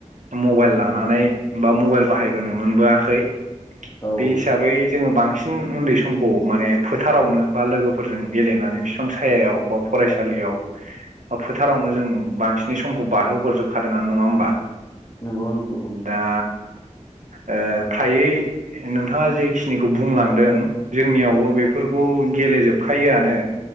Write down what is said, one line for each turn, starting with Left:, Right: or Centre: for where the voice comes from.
Right: मबाइल लानानै बा मबाइल बाहायबोनो मोनबोआखै
Left: औ
Right: बे हिसाबै जोङो बांसिन उन्दै समखौ माने फोथारावनो बा लोगोफोरजों गेलेनानै बिफां सायायाव बा फरायसालियाव फोथारावनो जों बांसिनै समखौ बारहोहरजोबखादोङानो नङा होमबा
Left: नंगौ नंगौ
Right: दा! ओ फ्रायै नोंथाङा जेखिनिखौ बुंलांदों जोंनियावबो बेफोरखौ गेलेजोबखायोआनो